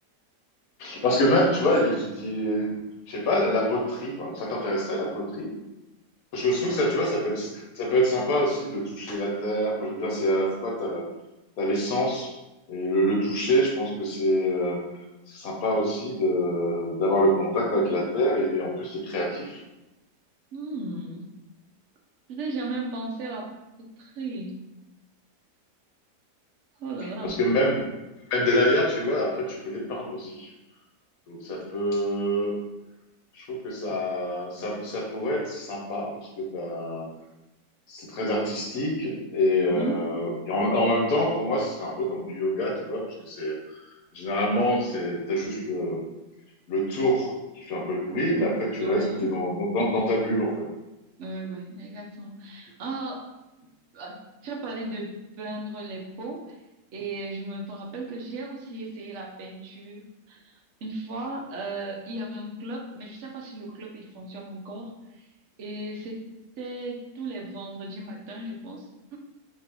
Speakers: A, on the left; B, on the right.
A: parce que même, tu vois, je dis, je sais pas, la, la poterie, par exemple. ça t'intéresserait, la poterie? Je trouve
B: Ah,
A: que ça, tu vois, ça peut être, ça peut être sympa aussi de toucher la terre. Enfin, je veux dire, c'est à la fois, t'as le, t'as l'essence et le, le toucher. Je pense que c'est euh, c'est sympa aussi de, d'avoir le contact avec la terre et en plus, c'est créatif.
B: Hmm. Je n'ai jamais pensé à la poterie. Oh là là.
A: Parce que même, même derrière, tu vois, après, tu peux les peindre aussi. Donc, ça peut, je trouve que ça, ça, ça pourrait être sympa parce que t'as, c'est très artistique et, euh,
B: Hmm.
A: et en, en même temps, pour moi, ce serait un peu comme du yoga, tu vois, parce que c'est, Généralement, c'est, t'as juste le, le tour qui fait un peu de bruit, mais après, tu
B: Ouais.
A: restes t'es dans, dans, dans ta bulle, en fait.
B: Ouais, ouais, exactement. Ah, ah, tu as parlé de peindre les peaux et je me rappelle que j'ai aussi essayé la peinture. Une fois, euh, il y avait un club, mais je sais pas si le club il fonctionne encore. Et c'était tous les vendredis matin, je pense.